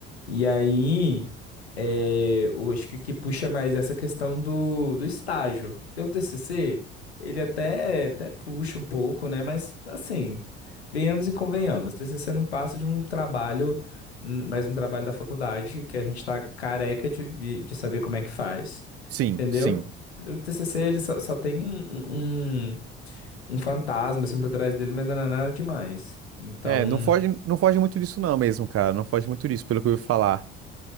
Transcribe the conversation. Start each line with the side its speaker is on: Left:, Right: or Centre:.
Left: E aí, é, eu acho que o que puxa mais é essa questão do, do estágio. Porque o TCC, ele até, até puxa um pouco, né? Mas, assim, venhamos e convenhamos. TCC não passa de um trabalho, hum, mais um trabalho da faculdade, que a gente tá careca de, de de saber como é que faz,
Right: Sim,
Left: entendeu?
Right: sim.
Left: O TCC, ele só, só tem um, um- um um fantasma, assim, por trás dele, mas não é nada demais. Então.
Right: É, não foge, não foge muito disso, não, mesmo, cara. Não foge muito disso, pelo que eu ouvi falar.